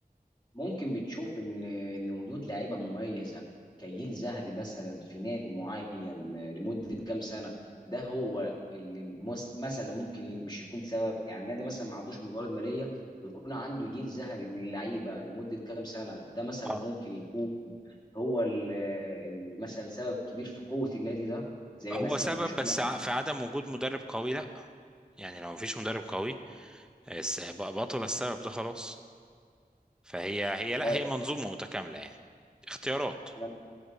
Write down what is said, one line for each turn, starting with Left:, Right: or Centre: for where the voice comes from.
Left: ممكن بتشوف ان ان وجود لعيبه مميزه كجيل ذهبي مثلا في نادي معين لمده كام سنه ده هو اللي مس- مثلا ممكن مش يكون سبب يعني النادي مثلا ما عندوش موارد ماليه ويكون عنده جيل ذهبي من اللعيبه لمده كام سنه ده مثلا
Centre: اه
Left: ممكن يكون هو ال- ال- مثلا سبب كبير في قوه النادي ده زي
Centre: هو
Left: مثلا
Centre: سبب
Left: ما شفنا
Centre: بس ع- في عدم وجود مدرب قوي لا يعني لو مفيش مدرب قوي الس- بقى بطل السبب ده خلاص فهي هي لا
Left: اه
Centre: هي منظومة متكاملة يعني اختيارات
Left: يعني